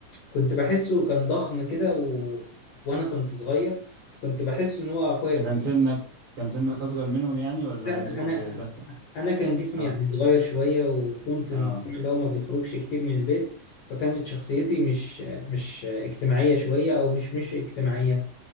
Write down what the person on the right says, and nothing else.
انت
كان سنك كان سنك اصغر منهم يعني ولا
انت
كنت
داخل
اه
اه